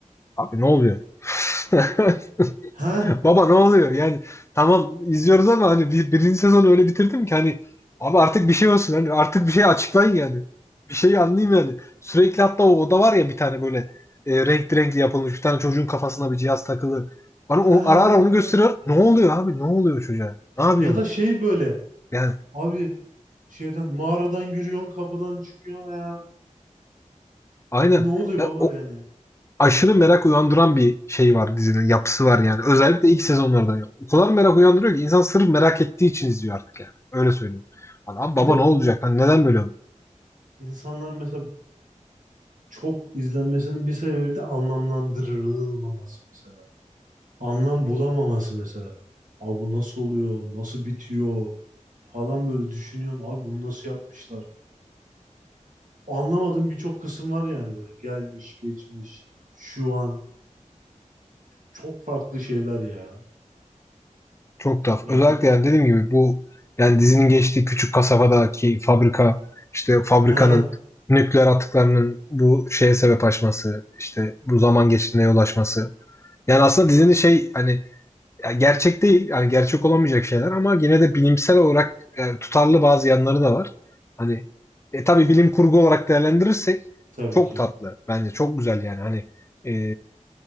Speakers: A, on the left; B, on the right.
A: Abi ne oluyor? <laughs> <laughs>
B: He,
A: Baba ne oluyor? Yani tamam izliyoruz ama hani bir, birinci sezonu öyle bitirdim ki hani abi artık bir şey olsun hani artık bir şey açıklayın yani. Bir şeyi anlayayım yani. Sürekli hatta o oda var ya bir tane böyle e, renkli renkli yapılmış bir tane çocuğun kafasına bir cihaz takılı. Bana o,
B: he.
A: ara ara onu gösteriyor. Ne oluyor abi? Ne oluyor çocuğa? Ne yapıyorsunuz?
B: Ya da şey böyle.
A: Yani
B: Abi şeyden mağaradan giriyorsun kapıdan çıkıyor ya.
A: aynen.
B: Ya ne oluyor
A: Ya,
B: baba
A: o
B: yani?
A: aşırı merak uyandıran bir şey var dizinin yapısı var yani. Özellikle ilk sezonlardan. ya. O kadar merak uyandırıyor ki insan sırf merak ettiği için izliyor artık yani. Öyle söyleyeyim. Hani abi
B: Bir
A: baba
B: de
A: ne olacak?
B: o
A: Hani neden böyle?
B: insanlar mesela çok izlenmesinin bir sebebi de anlamlandırılmaması mesela. Anlam bulamaması mesela. Abi bu nasıl oluyor? Nasıl bitiyor? Falan böyle düşünüyorsun. Abi bunu nasıl yapmışlar? Anlamadığım birçok kısım var yani böyle. Gelmiş, geçmiş, şu an. Çok farklı şeyler ya.
A: Çok tuhaf.
B: Ya
A: Özellikle
B: o...
A: yani dediğim gibi bu yani dizinin geçtiği küçük kasabadaki fabrika işte fabrikanın
B: Ha
A: nükleer atıklarının bu şeye sebep açması işte bu zaman geçtiğine yol açması. Yani aslında dizinin şey hani ya gerçek değil, yani gerçek olamayacak şeyler ama yine de bilimsel olarak e, tutarlı bazı yanları da var. Hani e, tabii bilim kurgu olarak değerlendirirsek
B: tabii
A: çok
B: ki.
A: tatlı bence çok güzel yani hani e,